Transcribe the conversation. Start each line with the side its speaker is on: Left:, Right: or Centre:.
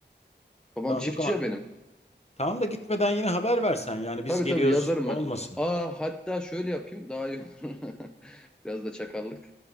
Centre: Babam
Left: Tamam
Centre: çiftçi
Left: yok ama
Centre: ya benim.
Left: Tamam da gitmeden yine haber versen yani biz
Centre: Tabii
Left: geliyoruz
Centre: tabii yazarım
Left: olmasın.
Centre: ben. Aa hatta şöyle yapayım daha iyi olur. <laughs> Biraz da çakallık.